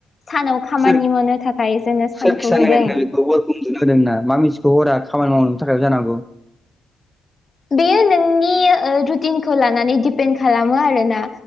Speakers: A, on the left (about 30°); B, in the centre.
A: सानाव खामानि
B: सोर
A: मावनो थाखाय जोंनो सानखौ
B: सोर खिसा
A: होदों।
B: होनो नोंखौ वेलकाम बुनो होदोंना मा मिथिखौ हरा खामानि मावनो थाखायबो जानांगौ।
A: बेयो नोंनि रुतिनखौ लानानै दिपेन खालामो आरोना